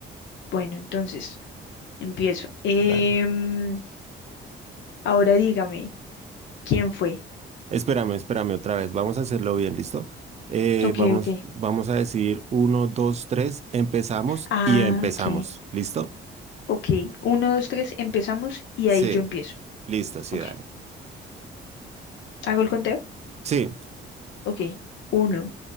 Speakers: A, on the left; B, on the right.
A: Bueno, entonces empiezo. Em,
B: Dale.
A: ahora dígame, ¿quién fue?
B: Espérame, espérame otra vez. Vamos a hacerlo bien, ¿listo? Eh,
A: Ok,
B: vamos,
A: ok.
B: vamos a decir uno, dos, tres, empezamos
A: Ah,
B: y empezamos.
A: ok.
B: ¿Listo?
A: Ok. Uno, dos, tres, empezamos y
B: Sí,
A: ahí yo empiezo.
B: listo, sí,
A: Ok.
B: dale.
A: ¿Hago el conteo?
B: Sí,
A: Ok. Uno,